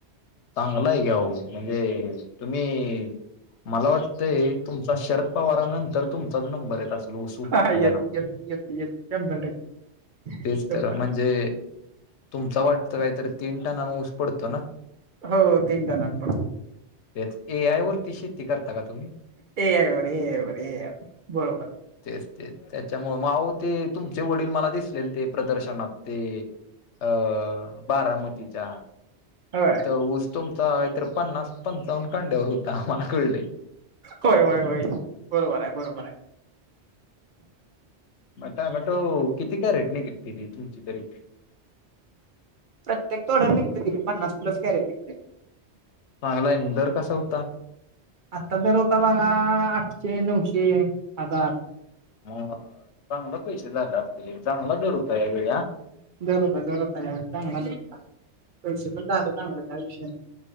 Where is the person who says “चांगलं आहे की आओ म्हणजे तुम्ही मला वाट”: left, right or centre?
Left